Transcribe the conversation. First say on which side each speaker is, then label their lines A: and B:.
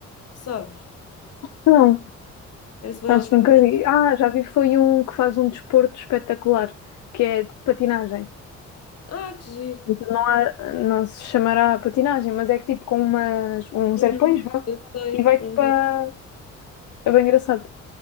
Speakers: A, on the left; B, on the left.
A: sabes?
B: Não,
A: Parece que vai
B: acho
A: aos
B: que nunca
A: pulinhos.
B: vi. Ah, já vi, foi um que faz um desporto espetacular, que é de patinagem.
A: Ah, que giro.
B: Então não há, não se chamará patinagem, mas é que tipo com umas, uns
A: Uhum.
B: arpões, vá,
A: Eu sei.
B: e vai tipo
A: Uhum.
B: a... É bem engraçado.